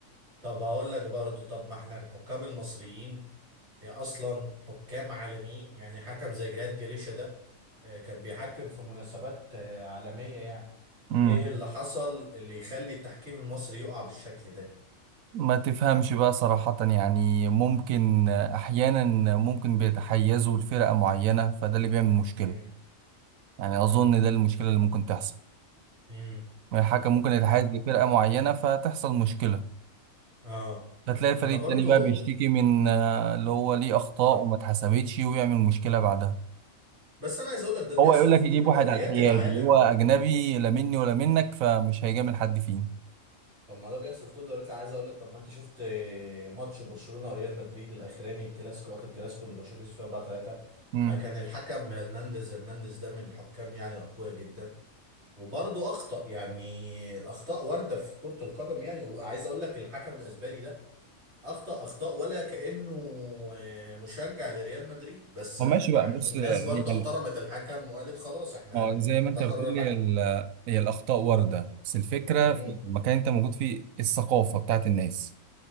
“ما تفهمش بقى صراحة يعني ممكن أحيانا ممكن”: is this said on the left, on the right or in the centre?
Right